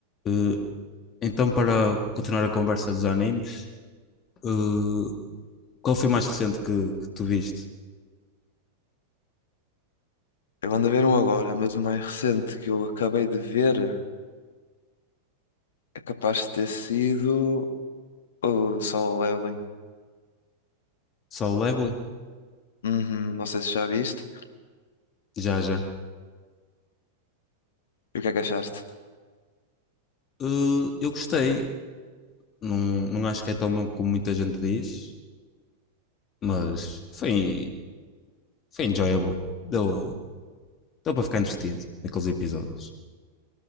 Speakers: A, on the left; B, on the left.
A: Eh, então, para continuar a conversa dos animes, eh, qual foi o mais recente que, que tu viste?
B: Eu ando a ver um agora, mas o mais recente que eu acabei de ver é capaz de ter sido o Sol Leveling.
A: Solo Leveling?
B: Uhum, não sei se já viste.
A: Já, já.
B: E o que é que achaste?
A: Eh, eu gostei. Não, não acho que é tão bom como muita gente diz, mas foi, foi enjoyable. Deu, deu para ficar entretido naqueles episódios.